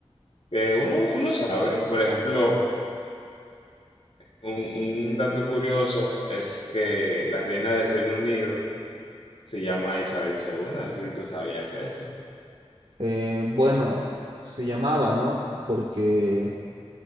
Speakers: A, on the left (about 70°); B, on the right (about 70°).
A: que uno, uno sabe. Por ejemplo, Un, un dato curioso es que la reina del Reino Unido se llama Isabel segunda No sé si tú sabías eso.
B: eh, bueno, se llamaba, ¿no? Porque.